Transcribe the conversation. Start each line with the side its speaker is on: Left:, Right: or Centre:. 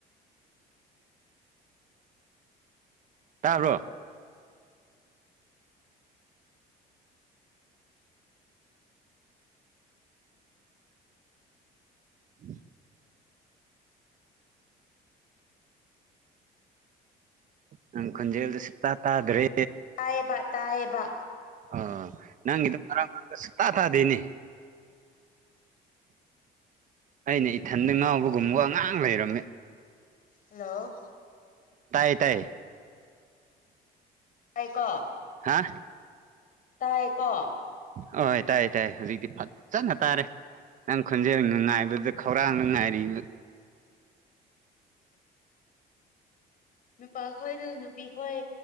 Right: ꯇꯥꯕ꯭ꯔꯣ ꯎ ꯅꯪ ꯈꯟꯖꯦꯜꯗꯨ ꯁꯤꯛꯇꯥ ꯇꯥꯗ꯭ꯔꯦ
Left: ꯇꯥꯏꯕ ꯇꯥꯥꯏꯌꯦꯕ
Right: ꯑ ꯅꯪꯒꯤꯗ ꯃꯔꯥꯡ ꯃꯔꯥꯏ ꯁ ꯇꯥ ꯇꯥꯗꯦꯅꯦ ꯑꯩꯅ ꯏꯊꯟꯗ ꯉꯥꯎꯕꯒꯨꯝꯕ ꯑꯉꯥꯡ ꯂꯩꯔꯝꯃꯦ
Left: ꯍꯜꯂꯣ
Right: ꯇꯌꯦ ꯇꯥꯏꯌꯦ
Left: ꯇꯥꯏꯀꯣ
Right: ꯍꯥ
Left: ꯇꯥꯏꯀꯣ
Right: ꯍ ꯇꯥꯏ ꯇꯥꯏ ꯍꯧꯖꯤꯛꯇꯤ ꯐꯖꯅ ꯇꯥꯔꯦ ꯅꯪ ꯈꯣꯟꯖꯦꯜꯅ ꯉꯥꯏꯕꯗꯨꯗ ꯈꯧꯔꯥꯡꯅ ꯉꯥꯏꯔꯤꯕ
Left: ꯅꯨꯄꯥ ꯈꯣꯏꯗ ꯅꯨꯄꯤ ꯈꯣꯏ